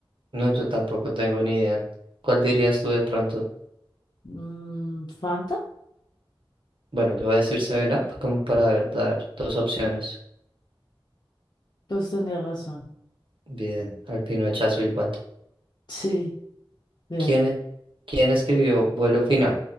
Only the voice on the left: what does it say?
Mm, ¿Fanta?
Pues tenía razón.
<laughs> Sí, bien.